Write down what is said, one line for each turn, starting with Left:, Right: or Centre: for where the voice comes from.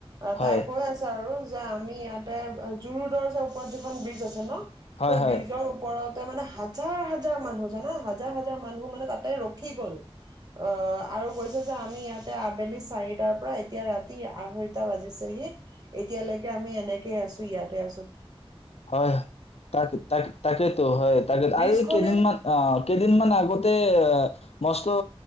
Right: অ
Left: হয়
Right: তাই কৈ আছে আৰু, যে আমি ইয়াতে জুৰু দৰ্জৰ ওপৰত যিখন ব্ৰিজ আছে ন?
Left: হয়
Right: সেই
Left: হয়
Right: ব্ৰিজৰ ওপৰত, তাতে মানে হাজাৰ হাজাৰ মানুহ, জানা হাজাৰ হাজাৰ মানুহ মানে তাতে ৰখি গ'ল। অ আৰু কৈছে যে আমি ইয়াতে আবেলি চাৰিটাৰ পৰা এতিয়া ৰাতি আঢ়ৈটা বাজিছেহি এতিয়ালৈকে আমি এনেকেই আছো ইয়াতে আছোঁ।
Left: হয় তাক তাক তাকেতো, হয়, তাকে
Right: ব্ৰিজখনে
Left: আৰু এই কেইদিনমান অ কেইদিনমান আগত তে, মস্কো,